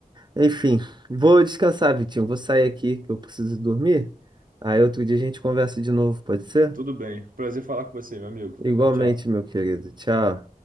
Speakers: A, on the right; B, on the right.
A: Enfim, vou descansar, Vitinho. Vou sair aqui que eu preciso dormir. Aí outro dia a gente conversa de novo, pode ser?
B: Tudo bem. Prazer falar com você, meu amigo.
A: Igualmente,
B: Tchau, tchau.
A: meu querido. Tchau.